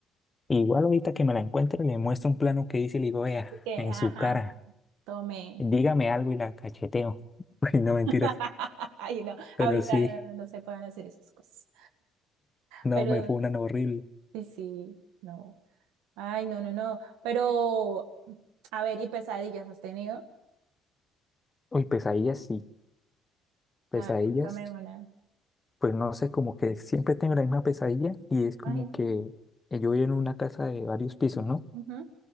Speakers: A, on the left; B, on the right.
A: Igual ahorita que me la encuentro le muestro un plano que hice y le digo, vea,
B: Así Que,
A: en
B: ajá,
A: su cara,
B: tome.
A: dígame algo y la cacheteo. <laughs> Uy, no mentiras.
B: <laughs> Ay, no,
A: Pero
B: ahorita
A: sí,
B: no, no se pueden hacer esas cosas.
A: no,
B: Pero,
A: me fue una horrible.
B: sí, sí, no. Ay, no, no, no. Pero, a ver, ¿y pesadillas has tenido?
A: Uy, pesadillas, sí. Pesadillas,
B: A ver, cuéntame una.
A: pues no sé, como que siempre tengo la misma pesadilla y es como
B: Ay, no.
A: que yo vivo en una casa de varios pisos, ¿no?
B: Ujú,